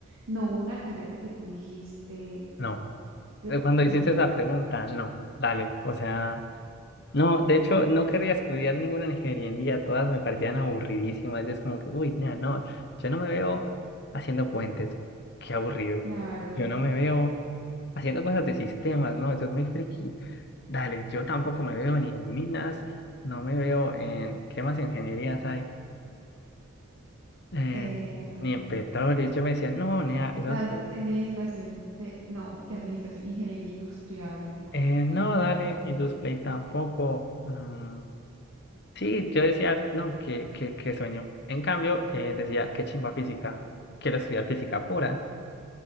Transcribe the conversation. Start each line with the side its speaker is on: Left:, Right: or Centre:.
Right: no hubo una carrera que tú dijiste,
Left: No.
Right: de-
Left: Eh, Cuando
Right: no,
Left: hiciste esa pregunta, no. Dale, o sea, no, de hecho, no querría estudiar ninguna ingeniería, todas me parecían aburridísimas. y es como que, uy, nah, no, yo no me veo haciendo puentes, qué aburrido.
Right: claro,
Left: Yo no me veo haciendo cosas de sistemas, no, eso es muy friki. Dale, yo tampoco me veo ni en minas, no me veo en, ¿qué más ingenierías hay? Eh,
Right: eh,
Left: ni en petróleo. Yo me decía, no, nea, eso
Right: la
Left: es.
Right: administración de, no, que administración, ingeniería industrial, no,
Left: Eh, no, dale, Indusplay tampoco. Mm, sí, yo decía, no, qué, qué, qué sueño. En cambio, eh, decía, qué chimba física, quiero estudiar física pura.